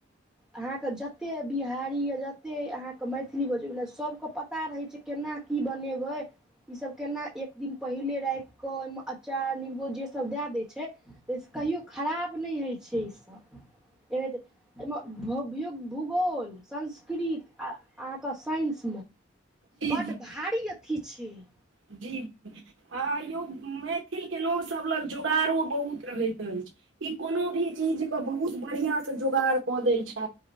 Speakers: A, in the centre; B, on the right (about 70°).
A: अहाँके जतेक बिहारी या जतेक अहाँके मैथिली बजै ल सभ के पता रहै छै केना की बनेबै ईसभ केना एक दिन पहिले राखि कऽ ओहिमे अचार नूम्बो जे सभ दए दै छै कहियो खराब नहि होइत छै ईसभ एना एहिमे भूगोल संस्कृत आ अहाँके साइंस
B: जी
A: बड
B: जी
A: भारी अथी छीये
B: जी आ यौ मैथिलके लोकसभ त जोगाड़ो बहुत रहैत अछि ई कोनो भी चीजके बहुत बढ़िआँ सँ जोगाड़ कऽ दै छथि